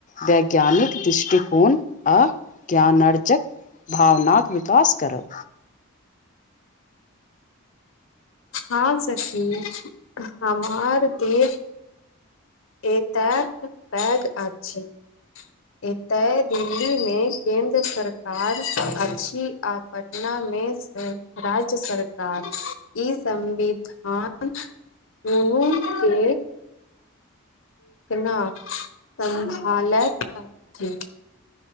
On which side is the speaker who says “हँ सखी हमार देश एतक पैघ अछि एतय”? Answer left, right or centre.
Left